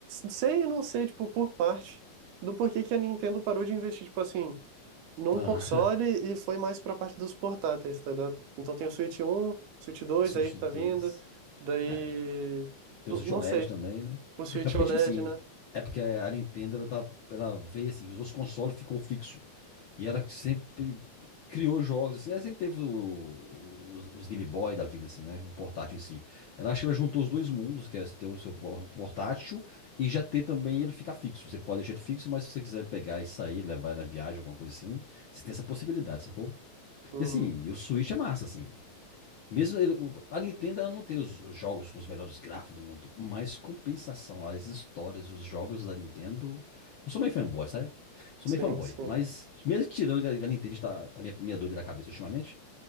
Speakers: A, on the right; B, on the left.
A: sei e não sei, tipo, por parte do porquê que a Nintendo parou de investir, tipo assim num
B: Ah,
A: console e foi mais pra parte dos portáteis, tá ligado? Então tem o Switch um, Switch
B: <laughs>
A: dois
B: Switch
A: aí que
B: dois,
A: tá vindo, daí.
B: É, tem
A: n-
B: o Switch
A: Não
B: OLED
A: sei.
B: também, né?
A: O Switch
B: É porque,
A: OLED,
B: tipo assim,
A: né?
B: é porque a Nintendo, ela, tá, ela veio assim, que os outros consoles ficou fixo. E ela sempre criou jogos, assim. Ela sempre teve o- os, os Game Boy da vida, assim, né? O portátil em si. Ela acha que ela juntou os dois mundos, que é você ter o seu por- portátil e já ter também ele ficar fixo. Você pode deixar ele fixo, mas se você quiser pegar e sair, levar na viagem, alguma coisa assim, você tem essa possibilidade, sacou?
A: Uhum.
B: E assim, e o Switch é massa, assim. Mesmo ele- o- a Nintendo ela não tem os, os jogos com os melhores gráficos do mundo, mas compensação, as histórias, os jogos da Nintendo. Eu sou meio fanboy, sabe? Eu sou
A: Sim,
B: meio fanboy,
A: sim,
B: mas mesmo tirando que a, que a Nintendo está tá minha, minha doida da cabeça ultimamente,